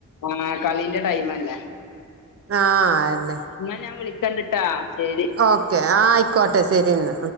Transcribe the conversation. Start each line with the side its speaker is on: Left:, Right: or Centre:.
Left: ആഹ് കളീന്റെ ടൈമല്ലേ
Right: ആഹ് യെന്നെ
Left: എന്നാ ഞാൻ വിളിക്കണ്ടിട്ടാ ശെരി
Right: ഓക്കെ ആയിക്കോട്ടെ സെരിന്ന